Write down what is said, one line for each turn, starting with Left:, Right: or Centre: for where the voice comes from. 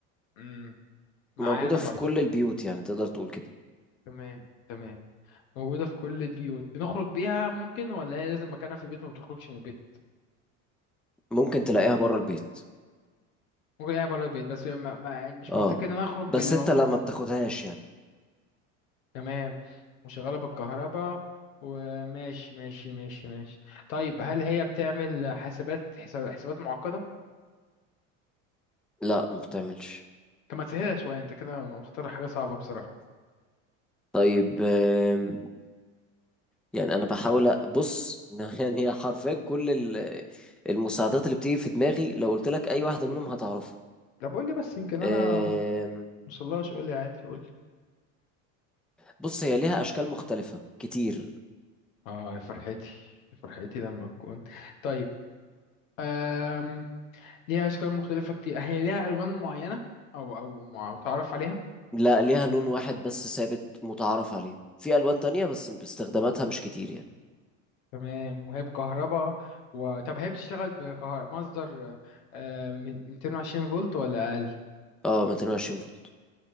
Left: مم، معايا
Centre: موجودة
Left: أنا
Centre: في
Left: برضو
Centre: كل البيوت يعني تقدر تقول كده
Left: تمام تمام موجودة في كل البيوت بنخرج بيها ممكن ولا هي لازم مكانها في البيت وما بتخرجش من البيت
Centre: ممكن تلاقيها بره البيت
Left: ممكن الاقيها بره البيت بس ما ما يعني مش
Centre: اه
Left: منطقي ان انا اخرج
Centre: بس
Left: باللي
Centre: انت
Left: موجود
Centre: لا ما بتاخدهاش يعني
Left: تمام وشغالة بالكهرباء وماشي ماشي ماشي ماشي طيب هل هي بتعمل حسابات حساب حسابات معقدة؟
Centre: لا ما بتعملش
Left: طب ما تسهلها شوية انت كده مختار حاجة صعبة بصراحة
Centre: طيب آم، يعني انا بحاول أ- بص <laughs> يعني هي حرفيا كل ال- المساعدات اللي بتيجي في دماغي لو قلت لك اي واحده منهم هتعرفها
Left: طب قول لي بس يمكن انا
Centre: آم،
Left: مصلاش قول لي عادي قول لي
Centre: بص هي ليها اشكال مختلفه كتير
Left: اه يا فرحتي يا فرحتي لما تكون طيب أم... ليها أشكال مختلفة كتير هي ليها ألوان معينة أو أو مع- متعرف عليها
Centre: لا ليها لون واحد بس ثابت متعارف عليه في الوان تانية بس استخداماتها مش كتير يعني
Left: تمام وهي بكهرباء و... طب هي بتشتغل بكهرباء مصدر آه، من 220 فولت ولا أقل؟
Centre: اه 220 فولت